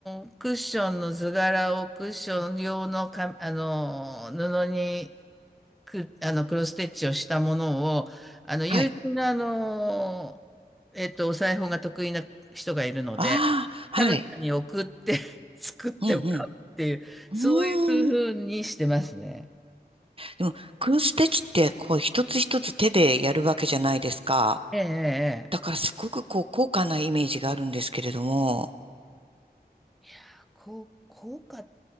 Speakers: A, in the centre; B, on the right.
A: の、クッションの図柄をクッション用のか、あの、布にく、あの、クロスステッチをしたものを、あの、友人のあの、
B: はい。
A: えっと、お裁縫が得意な人がいるので、
B: ああ、
A: 彼女に送って
B: はい。
A: <laughs> 作ってもらうっていう、
B: うんうん。うーん。
A: そういう風にしてますね。
B: でも、クロスステッチって、こう、一つ一つ手でやるわけじゃないですか。
A: ええ、ええ。
B: だからすごくこう高価なイメージがあるんですけれども、
A: ええいやー、こう、効果、